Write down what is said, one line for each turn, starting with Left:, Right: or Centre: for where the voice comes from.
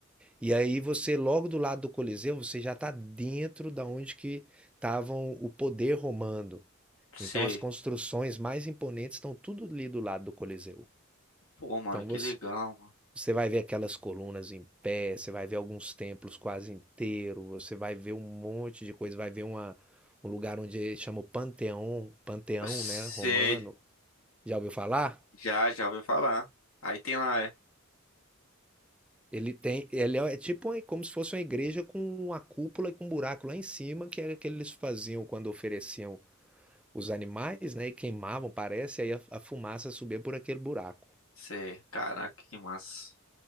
Centre: E aí você logo do lado do Coliseu, você já está dentro da onde que estavam o poder romano.
Left: Sei.
Centre: Então as construções mais imponentes estão tudo ali do lado do Coliseu.
Left: Pô, mano,
Centre: Então
Left: que
Centre: você,
Left: legal.
Centre: você vai ver aquelas colunas em pé, você vai ver alguns templos quase inteiros, você vai ver um monte de coisa, vai ver uma, um lugar onde chama o Panteão, Panteão,
Left: Você
Centre: né, romano. Já ouviu falar?
Left: já, já ouviu falar. Aí tem lá, é.
Centre: Ele tem, ele é tipo uma- como se fosse uma igreja com uma cúpula e com um buraco lá em cima, que era o que eles faziam quando ofereciam os animais, né, e queimavam, parece, e aí a, a fumaça subia por aquele buraco.
Left: Sei. Caraca, que massa.